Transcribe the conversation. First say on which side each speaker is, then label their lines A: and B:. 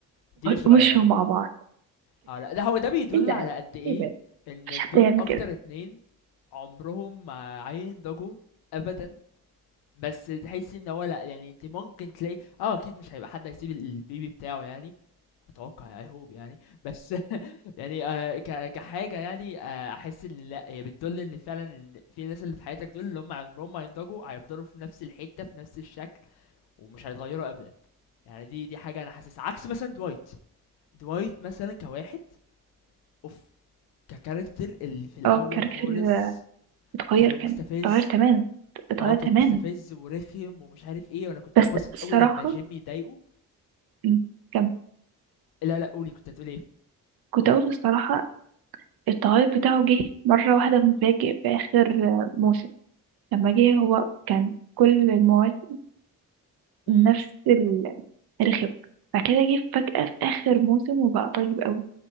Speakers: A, on the left (about 85°); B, on the right (about 75°).
A: دي مش طبيعية
B: ومشوا
A: آه.
B: مع بعض
A: اه لا ده هو ده بيدل
B: ايه ده
A: على قد ايه
B: ايه ده
A: ان
B: مفيش حد
A: دول
B: يعمل
A: اكتر
B: كده
A: اتنين عمرهم ما هينضجوا ابدا بس تحس ان هو لا يعني انت ممكن تلاقي اه اكيد مش هيبقى حد هيسيب البيبي بتاعه يعني اتوقع اي هوب يعني بس <laughs> يعني آه ك... كحاجه يعني آه احس ان لا هي بتدل ان فعلا ان في ناس اللي في حياتك دول اللي هم عمرهم ما ينضجوا هيفضلوا في نفس الحته في نفس الشكل ومش هيتغيروا ابدا يعني دي دي حاجه انا حاسسها عكس مثلا دوايت دوايت مثلا كواحد اوف ككاركتر اللي في الاول
B: اه الكاركتر
A: خالص
B: اتغير
A: كان المستفز
B: كان اتغير تماما اتغير
A: اه كان
B: تماما
A: مستفز ورخم ومش عارف ايه وانا كنت
B: بس
A: ببسط قوي
B: الصراحة
A: لما جيمي يضايقه
B: م، كم
A: لا لا قولي كنت هتقول ايه
B: كنت أقول الصراحة التغير بتاعه جه مرة واحدة مفاجئ في آخر آه، موسم لما جه هو كان كل المواسم
A: امم
B: نفس ال- الرخم بعد كده جه فجأة في آخر موسم وبقى طيب أوي